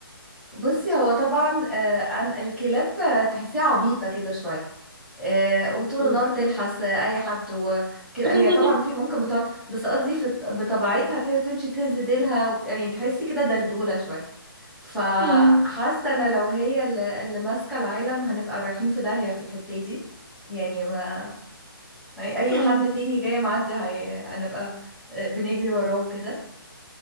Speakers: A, in the centre; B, on the right.
A: بصي هو طبعا آه عن الكلاب آه، تحسيها عبيطة كده شوية آه وطول
B: مم.
A: النهار تلحس آه، اي حد وكده
B: <laughs>
A: هي طبعا في ممكن بتقعد بس قصدي في بطبيعتها تهي- تمشي تهز ديلها وبت... يعني تحسي كده دلدولة شوية فحاسه
B: مم.
A: انا لو هي اللي, اللي ماسكه العالم هنبقى رايحين في داهيه في الحته دي يعني ما اي أي
B: مم.
A: حد تاني جاي معدي هي- هنبقى بنجري وراه كده